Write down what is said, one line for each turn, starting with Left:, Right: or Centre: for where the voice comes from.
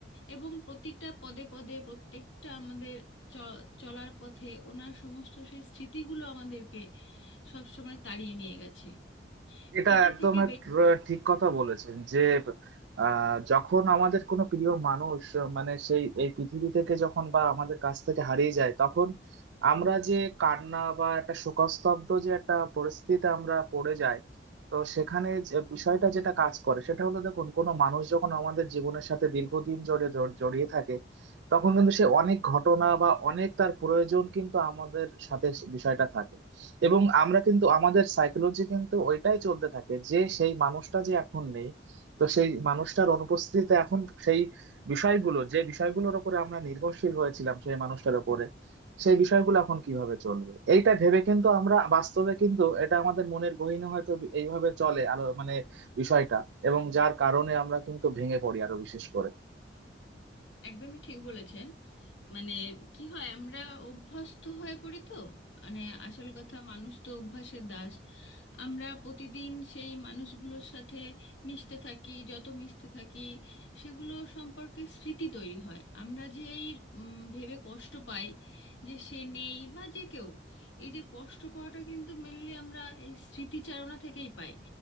Left: এবং প্রতিটা পদে পদে প্রত্যেকটা আমাদের চ চলার পথে ওনার সমস্ত সেই স্মৃতিগুলো আমাদেরকে সবসময় তাড়িয়ে নিয়ে গেছে
Right: এটা
Left: এটা
Right: একদম
Left: থেকে
Right: এক- র- ঠিক কথা বলেছেন যে আহ, যখন আমাদের কোনো প্রিয় মানুষ আহ, মানে সেই এই পৃথিবী থেকে যখন বা আমাদের কাছ থেকে হারিয়ে যায় তখন আমরা যে কান্না বা একটা শোকস্তব্ধ যে একটা পরিস্থিতিতে আমরা পড়ে যাই তো সেখানে যে বিষয়টা যেটা কাজ করে সেটা হলো দেখুন কোনো মানুষ যখন আমাদের জীবনের সাথে দীর্ঘদিন জড়িয়ে জড়- জড়িয়ে থাকে তখন কিন্তু সে অনেক ঘটনা বা অনেক তার প্রয়োজন কিন্তু আমাদের সাথে বিষয়টা থাকে এবং আমরা কিন্তু আমাদের সাইকোলজি কিন্তু ওইটাই চলতে থাকে যে সেই মানুষটা যে এখন নেই তো সেই মানুষটার অনুপস্থিতিতে এখন সেই বিষয়গুলো যে বিষয়গুলোর উপরে আমরা নির্ভরশীল হয়েছিলাম সেই মানুষটার উপরে সেই বিষয়গুলো এখন কিভাবে চলবে এইটা ভেবে কিন্তু আমরা বাস্তবে কিন্তু এটা আমাদের মনের গহীনে হয়তো এইভাবে চলে আলো মানে বিষয়টা এবং যার কারণে আমরা কিন্তু ভেঙে পড়ি আরো বিশেষ করে
Left: একদমই ঠিক বলেছেন মানে কি হয় আমরা অভ্যস্ত হয়ে পড়ি তো মানে আসল কথা মানুষ তো অভ্যাসের দাস আমরা প্রতিদিন সেই মানুষগুলোর সাথে মিশতে থাকি যত মিশতে থাকি সেগুলো সম্পর্কে স্মৃতি তৈরি হয় আমরা যে এই উম, ভেবে কষ্ট পাই যে সে নেই বা যে কেউ এই যে কষ্ট পাওয়াটা কিন্তু মেনলি আমরা এই স্মৃতিচারণা থেকেই পাই